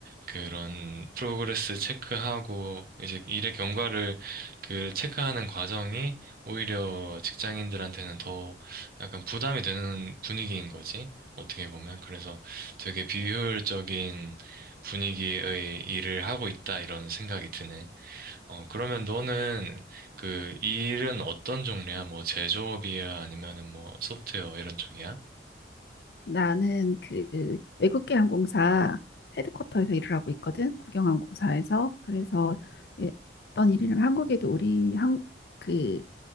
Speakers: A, on the right; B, on the left.
A: 그런 프로그레스 체크하고 이제 일의 경과를 그 체크하는 과정이 오히려 직장인들한테는 더 약간 부담이 되는 분위기인 거지. 어떻게 보면. 그래서 되게 비효율적인 분위기의 일을 하고 있다 이런 생각이 드네. 어, 그러면 너는 그 일은 어떤 종류야? 뭐 제조업이야? 아니면은 뭐 소프트웨어 이런 쪽이야?
B: 나는 그 외국계 항공사 헤드쿼터에서 일을 하고 있거든. 국영항공사에서. 그래서 예, 어떤 일이냐면 한국에도 우리 항, 그,